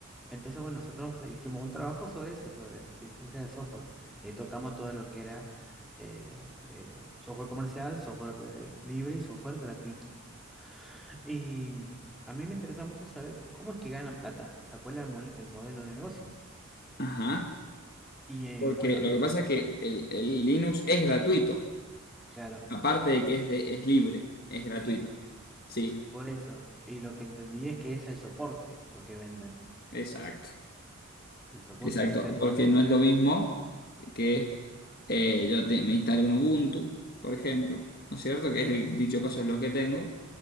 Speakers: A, in the centre; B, on the left.
A: Entonces, bueno, nosotros hicimos un trabajo sobre eso, sobre licencias de software. Le tocamos todo lo que era eh, eh, software comercial, software eh, libre y software gratuito. Y mm, a mí me interesa mucho saber cómo es que ganan plata, o sea, cuál es el, mo- el modelo de negocio.
B: ajá.
A: Y eh,
B: Porque
A: bueno,
B: lo que
A: a-
B: pasa es que el, el Linux es gratuito,
A: claro,
B: aparte de que es, de- es libre, es gratuito.
A: sí,
B: Sí,
A: por eso. Y lo que entendí es que es el soporte lo que venden.
B: exacto.
A: El soporte,
B: Exacto,
A: ahí está el
B: porque
A: modelo.
B: no es lo mismo que eh, yo te- me instale un Ubuntu, por ejemplo, ¿no es cierto? Que es el dicho paso es lo que tengo,